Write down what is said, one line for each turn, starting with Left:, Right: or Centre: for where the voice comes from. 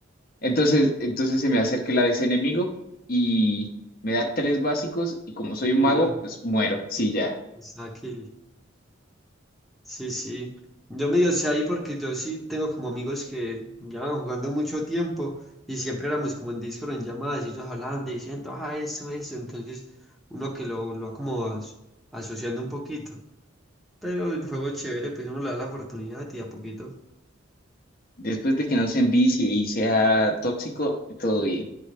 Left: Entonces, entonces se me acerca el ese enemigo y me da tres básicos y como soy un
Centre: ella,
Left: mago, pues muero. Sí, ya.
Centre: o sea, kill. Sí, sí. Yo medio sé ahí porque yo sí tengo como amigos que llevan jugando mucho tiempo y siempre éramos como en Discord en llamadas y ellos hablando y diciendo, ah, eso, eso. Entonces uno que lo, lo va como as- asociando un poquito. Pero el juego es chévere, pues uno le da la oportunidad y a poquito.
Left: Después de que no se envicie y sea tóxico, todo bien.